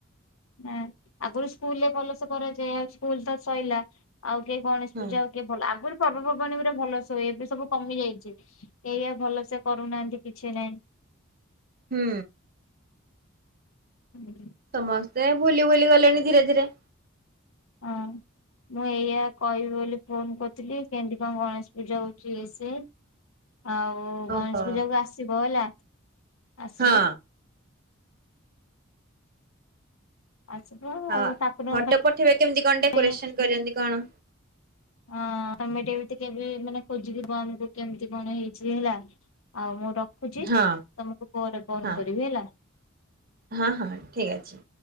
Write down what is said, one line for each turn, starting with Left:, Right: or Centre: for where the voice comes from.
Left: ନା ଆଗରୁ ସ୍କୁଲରେ ଭଲସେ କରାଯାଏ ଆଉ ସ୍କୁଲ ତ ସଇଲା ଆଉ କେହି ଗଣେଶ
Right: ହଁ
Left: ପୂଜା <unintelligible> ଭଲ ଅଗୁରୁ ପର୍ବପର୍ବାଣୀ ପୁରା ଭଲସେ ହୁଏ, ଏବେ ସବୁ କମି ଯାଇଚି। ଏଇଆ ଭଲସେ କରୁନାହାନ୍ତି କିଛି ନାହିଁ।
Right: ହୁଁ।
Left: ହୁଁ।
Right: ସମସ୍ତେ ଭୁଲି-ଭୁଲି ଗଲେଣି ଧୀରେ-ଧୀରେ।
Left: ହଁ। ମୁଁ ଏଇଆ କହିବି ବୋଲି ଫୋନ୍ କରିୁଥିଲି କେନ୍ତି କଣ ଗଣେଶ ପୂଜା ହଉଚି ଇଏ ସିଏ। ଆଉ ଗଣେଶ
Right: ଓହୋ
Left: ପୂଜା କୁ ଆସିବ ହେଲା। ଆସିବ
Right: ହଁ।
Left: ଆସିବ
Right: ହଁ
Left: ଆଉ ଠାକୁରଙ୍କ
Right: ଫଟୋ ପଠେଇବେ କେମିତି କଣ ଡେକୋରେସନ
Left: ପାଇଁ
Right: କରିଛନ୍ତି କଣ?
Left: ହଁ ତମେ ଟିକେ ମାନେ ଖୋଜିବ ଆମକୁ କେମିତି କଣ ହେଇଚି ହେଲା। ଆଉ ମୁଁ ରଖୁଚି,
Right: ହଁ
Left: ତମକୁ ପରେ ଫୋନ୍
Right: ହଁ
Left: କରିବି ହେଲା।
Right: ହଁ ହଁ ଠିକ୍ ଅଛି।